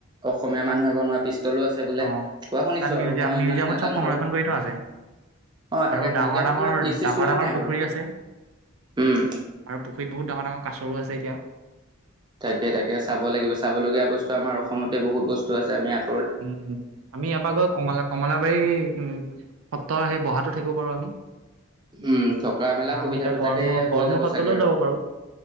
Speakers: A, on the right; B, on the right.
A: অসমীয়া
B: তাত
A: মান নহ পিষ্টলো আছে বোলে
B: অ',
A: কোৱা শুনিছো
B: তাত মিউজিয়াম
A: আৰু মই
B: মিউজিয়ামত
A: ইমান নাজানো
B: চব সংৰক্ষণ
A: বাৰু
B: কৰি থ আছে
A: অ তাকে
B: আৰু ডাঙৰ
A: মিউজিয়ামৰ
B: ডাঙৰ
A: কিবা ফিজ চিজ
B: ডাঙৰ
A: লয়
B: ডাঙৰ
A: নাই
B: পুখুৰী
A: বাৰু
B: আছে
A: উম
B: আৰু পুখুৰীত বহুত ডাঙৰ ডাঙৰ কাছৰো আছে এতিয়া
A: তাকে তাকে চাব লাগিব চাবলীয়া বস্তু আমাৰ অসমতে বহুত বস্তু আছে আমি ই
B: উম আমি ইয়াৰপা গৈ কমলা কমলাবাৰী উম সপ্তাহৰ সেই বহাটো থাকিব পাৰো আমি
A: উম থকা মেলা
B: অ
A: সুবিধাটো
B: আমি এতিয়া গৰমূৰ
A: তাকে হৈ
B: গৰমূৰ
A: যাব
B: সত্ৰলৈও
A: চাগে আৰু
B: যাব পাৰো